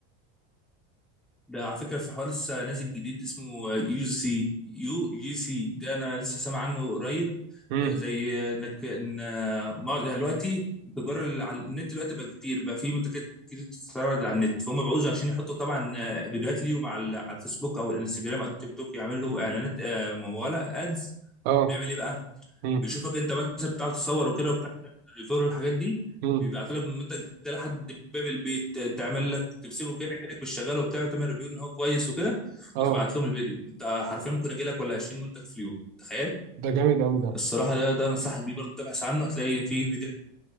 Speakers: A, in the centre; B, on the right (about 65°).
A: ده على فكرة في حوار لسه نازل جديد اسمه يو سي يو جي سي ده أنا لسه سامع عنه قريب
B: امم
A: آه، زي آه، إنك إن آه، مع- يعني دلوقتي التجارة اللي على النت دلوقتي بقى كتير بقى في منتجات كتير بتتعرض على النت فهم بيعوزوا عشان يحطوا طبعا آه، فيديوهات ليهم على ال- على الفيسبوك أو الانستجرام أو التيك توك يعملوا إعلانات آه، ممولة أدز
B: اه
A: بيعمل إيه بقى؟
B: امم
A: بيشوفك انت مثلا بتعرف تصور وكده وبتعرف الريفير والحاجات دي
B: امم
A: بيبعتوا لك المنتج ده لحد باب البيت تعمل لك تمسكه كده كانك مش شغال وبتاع تعمل ريفيو ان هو كويس وكده
B: اه
A: وتبعت لهم الفيديو انت حرفيا ممكن يجي لك ولا 20 منتج في اليوم تخيل
B: ده جامد قوي ده
A: الصراحه ده ده انصحك بيه برضه تبحث عنه هتلاقي في فيديوهات